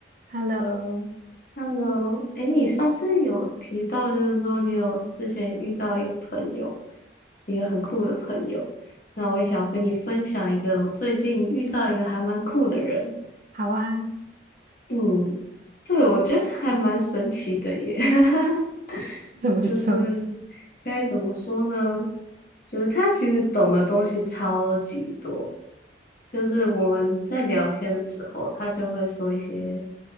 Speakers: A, on the right; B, on the left.
A: Hello，
B: Hello，哎，你上次有提到，就是说你有之前遇到一个朋友，一个很酷的朋友。那我也想要跟你分享一个我最近遇到一个还蛮酷的人。
A: 好啊，
B: 嗯，对，我觉得他还蛮神奇的耶。<laughs>
A: 怎么说？
B: 就是该怎么说呢？就是他其实懂的东西超级多。就是我们在聊天的时候，他就会说一些。